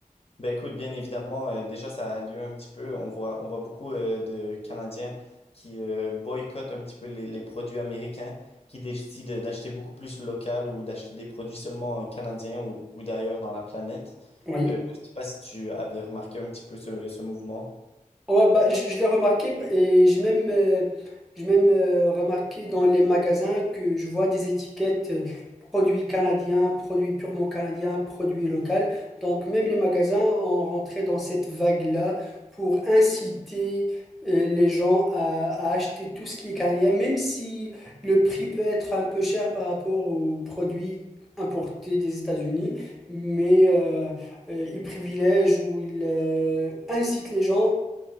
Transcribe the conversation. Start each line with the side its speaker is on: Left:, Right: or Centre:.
Left: Ben écoute, bien évidemment, euh, déjà ça a lieu un petit peu. On voit, on voit beaucoup euh, de Canadiens qui euh, boycottent un petit peu les, les produits américains, qui décident d'acheter beaucoup plus local ou d'acheter des produits seulement euh, canadiens ou, ou d'ailleurs dans la planète.
Centre: Oui.
Left: Euh, je ne sais pas si tu avais remarqué un petit peu ce, ce mouvement.
Centre: Ouais, bah, je, je l'ai remarqué et j'ai même, euh, j'ai même euh, remarqué dans les magasins que je vois des étiquettes euh, produits canadiens, produits purement canadiens, produits locaux. Donc même les magasins ont rentré dans cette vague-là pour inciter euh, les gens à, à acheter tout ce qui est canadien, même si le prix peut être un peu cher par rapport aux produits importés des États-Unis, mais euh, euh, ils privilègent ou ils euh, incitent les gens